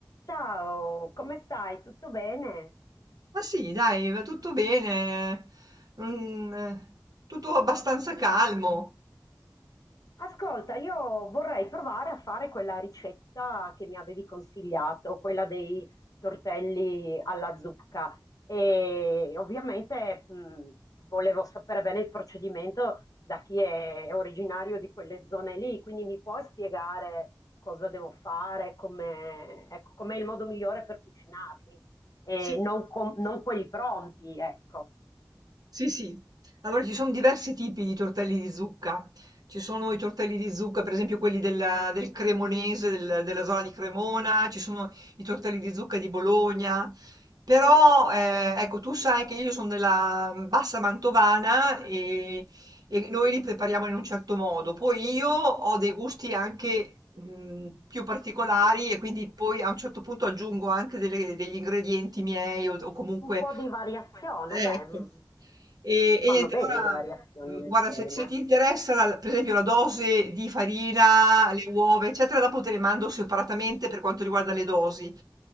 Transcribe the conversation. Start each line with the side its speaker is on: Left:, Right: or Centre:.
Left: Ciao, come stai? Tutto bene?
Right: Ma sì, dai, va tutto bene, mhmm, tutto abbastanza calmo.
Left: Ascolta, io vorrei provare a fare quella ricetta che mi avevi consigliato, quella dei tortelli alla zucca. E ovviamente mh, volevo sapere bene il procedimento da chi è originario di quelle zone lì, quindi mi puoi spiegare cosa devo fare, come, ecco, com'è il modo migliore per cucinarli e
Right: Sì.
Left: non, com- non quelli pronti, ecco.
Right: Sì, sì. Allora ci sono diversi tipi di tortelli di zucca. Ci sono i tortelli di zucca, per esempio quelli della- del Cremonese, del- della zona di Cremona, ci sono i tortelli di zucca di Bologna. Però, eh, ecco, tu sai che io sono della bassa mantovana e, e noi li prepariamo in un certo modo. Poi io ho dei gusti anche mh, più particolari e quindi poi a un certo punto aggiungo anche delle- degli ingredienti miei o o comunque...
Left: Un po' di variazione,
Right: Ecco.
Left: beh, mh,
Right: E, e
Left: vanno
Right: niente,
Left: bene
Right: allora,
Left: le variazioni
Right: mh,
Left: nel
Right: guarda,
Left: tema.
Right: se, se ti interessa, la- per esempio, la dose di farina, le uova, eccetera, dopo te le mando separatamente per quanto riguarda le dosi.